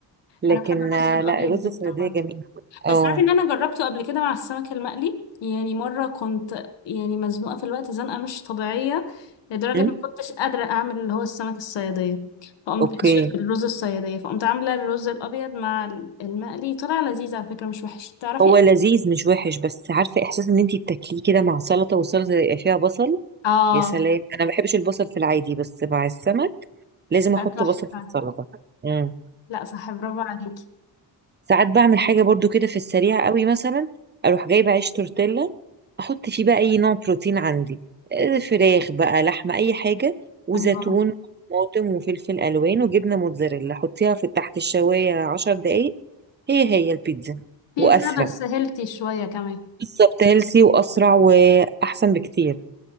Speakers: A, on the right (about 25°); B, on the left (about 70°).
A: لكن
B: أنا بحب
A: آه،
B: الرز الأبيض
A: لا الرز
B: جدا
A: الصيادية
B: برضه
A: جميل اه
B: بس عارفه ان انا جربته قبل كده مع السمك المقلي يعني مره كنت يعني مزنوقه في الوقت زنقه مش طبيعيه لدرجه
A: أم،
B: ما كنتش قادره اعمل اللي هو السمك الصياديه فقمت
A: اوكي
B: سوري، الرز الصياديه فقمت عامله الرز الابيض مع المقلي طلع لذيذ على فكره مش وحش تعرفي
A: هو لذيذ مش وحش بس عارفه احساس ان انتي بتاكليه كده مع سلطه والسلطه يبقى فيها بصل
B: اه
A: يا سلام انا ما بحبش البصل في العادي بس مع السمك لازم احط
B: لا تحفه
A: بصل في السلطه امم
B: لا صح برافو عليكي
A: ساعات بعمل حاجه برضو كده في السريع قوي مثلا اروح جايبه عيش تورتيلا احط فيه بقى اي نوع بروتين عندي آه، فراخ بقى لحمه اي حاجه وزيتون
B: الله
A: وطماطم وفلفل الوان وجبنه موتزاريلا حطيها في تحت الشوايه 10 دقايق هي هي البيتزا
B: بيتزا
A: واسرع
B: بس هيلثي شويه كمان
A: بالظبط هيلسي واسرع واحسن بكتير